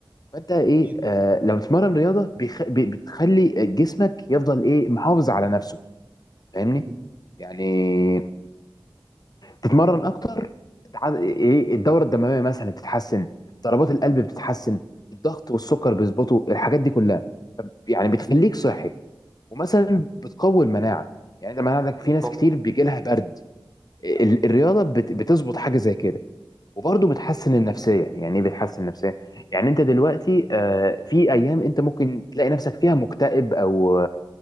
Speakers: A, on the left; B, on the right.
A: فأنت إيه
B: أكيد
A: آه، لما تتمرن رياضة بيخ... بي- بتخلي جسمك يفضل إيه محافظ على نفسه فاهمني
B: مم.
A: يعني تتمرن اكتر تع- ايه الدوره الدمويه مثلا بتتحسن ضربات القلب بتتحسن الضغط والسكر بيظبطوا الحاجات دي كلها فب- يعني بتخليك صحي ومثلا بتقوي المناعه يعني انت مناعتك في ناس
B: طب-
A: كتير بيجي لها برد ال- الرياضه بت- بتظبط حاجه زي كده وبرضه بتحسن النفسيه يعني ايه بتحسن النفسيه يعني انت دلوقتي آه، في ايام انت ممكن تلاقي نفسك فيها مكتئب او